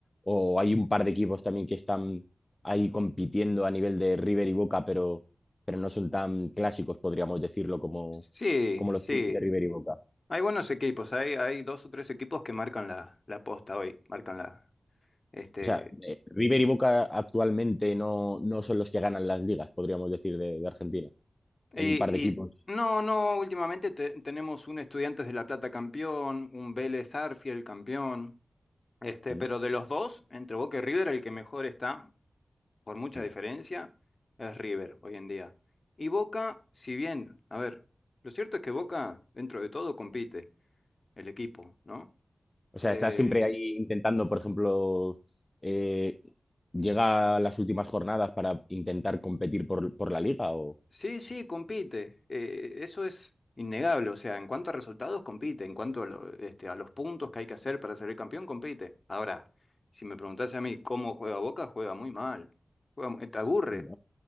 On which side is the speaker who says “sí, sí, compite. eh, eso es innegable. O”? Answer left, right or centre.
Left